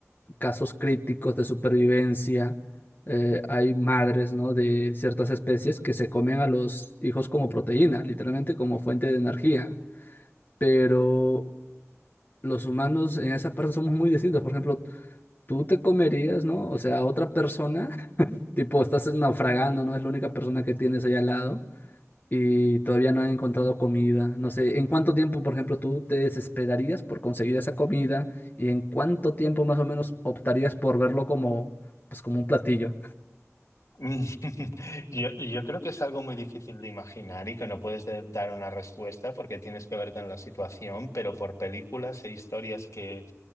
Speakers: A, on the left; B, on the left.
A: casos críticos de supervivencia, eh, hay madres, ¿no? de ciertas especies que se comen a los hijos como proteína, literalmente como fuente de energía. Pero los humanos en esa parte somos muy distintos. Por ejemplo, tú te comerías, ¿no? O sea, a otra persona, <laughs> tipo, estás naufragando, ¿no? Es la única persona que tienes ahí al lado y todavía no han encontrado comida. No sé, ¿en cuánto tiempo, por ejemplo, tú te desesperarías por conseguir esa comida y en cuánto tiempo más o menos optarías por verlo como, pues, como un platillo?
B: Mm, <laughs> Yo, yo creo que es algo muy difícil de imaginar y que no puedes de- dar una respuesta porque tienes que verte en la situación, pero por películas e historias que